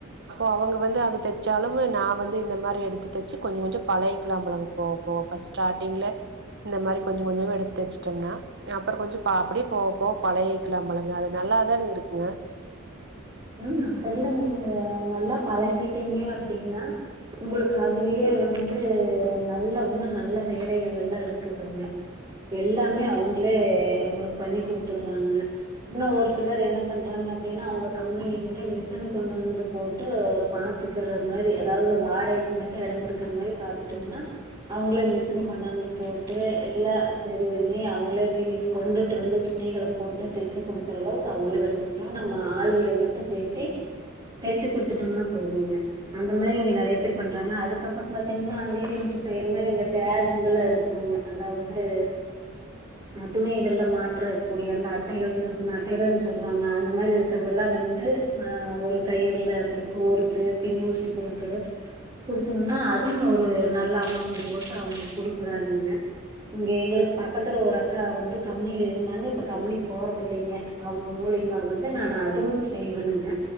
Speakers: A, on the right; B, on the right.
A: அவுங்க வந்து அது தச்சாலு நா வந்து இந்த மாரி எடுத் தச்சு கொஞ்சோ கொஞ்சோ பழக்கிக்லாம்லங்க போக போக ஃபஸ்ட்ட ஸ்டாட்டிங்ல இந்த மாரி கொஞ்சோ கொஞ்சோமா எடுத்து தச்ட்டோம்னா அப்றோ கொஞ்சோ அப்டியே போக போக பழகிக்லாம்லங்க அது நல்லாதான இருக்குங்க
B: ம் அதெல்லா நீங்க நல்லா பழகிட்டீங்க அப்டினா உங்ளுக்கு அதுலியே வந்து நல்ல ஒண்ணு நல்ல வேலைகள் எல்லா இருக்குதுங்க எல்லாமே அவுங்ளே ஃபுல் பண்ணி் குடுத்துருவாங்க இன்னோ ஒரு சிலர் என்ன பண்றாங்க அப்டின்னா அவுங்க கம்பனி இருந்தே மிஷின் கொண்டு வந்து போட்டு பாத்துக்குற மாரி அதாவ்து வாடகை மட்டு எடோ இருக்கிற மாதிரி பாத்துட்டோம்னா அவுங்ளே மிஷின் கொண்டு வந்து போட்டு எல்லா சரி பண்ணி அவுங்களே பீஸ் கொண்டுட்டு வந்து துணிகள போட்டு தெச்சு குடுக்கற அளவுக்கு அவங்களே பண்ணி் கொடுத்டுதுவாங்க நம்ம ஆளுகள மட்டு சேத்தி தெச்சு குடுத்துட்டோனா போதுங்க அந்த மாரி இங்க நறைய பேர் பண்றாங்க அதுக்கப்றோ பாத்திங்கன்னா நா வீட்ல இருந்துட்டு செய்ற மாரி அந்த டேக்குஹல இருக்கு ம் அதாவ்து துணிகள்ல மாற்றக்கூடிய அந்த அட்டைகள் சின்ன சின்ன அட்டைகள் சொல்லுவாங்க அந்த மாதிரி இருக்கிறதுல்லா வந்து ஆ ஒரு கயிர்ல அதை கோர்த்து பின்னூசி போட்டு குடுத்தோம்னா அதுவு ஒரு நல்ல அமௌண்ட் போட்டு அவுங்க குடுக்குறாங்க இங்க எங்களுக்கு பக்கத்துல ஒரு அக்கா வந்து கம்பனியில இருந்தாங்க இப்ப கம்பனிக்கு போறது இல்லங்க அவுங்க மூலியமா வந்து நா அதுவு செய்வணுங்க